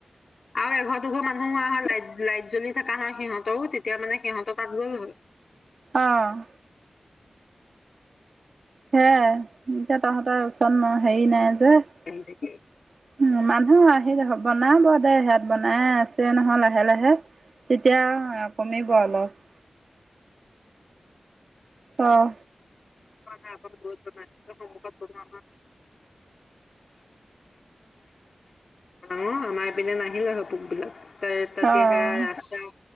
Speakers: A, on the left (about 70°); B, on the right (about 70°).
A: আৰু এঘৰ দুঘৰ মানুহ হোৱা হ'লে লাইট জ্বলি থকা হয় সিহঁতৰও তেতিয়া মানে সিহঁতৰ তাত গ'ল হয়।
B: অহ হে এতিয়া তহঁতৰ ওচৰত হেৰি নাই উ
A: আহি থাকে
B: মান ন আহিলে হ'ব না বনাব দে সেয়াত বনাই আছে নহয় লাহে লাহে। তেতিয়া কমিব অলপ অহ
A: ন গল <unintelligible> অ আমাৰপিনে নাহিলে হয় পোকবলাক তেতিয়াহে
B: অঁ
A: ৰাস্তাও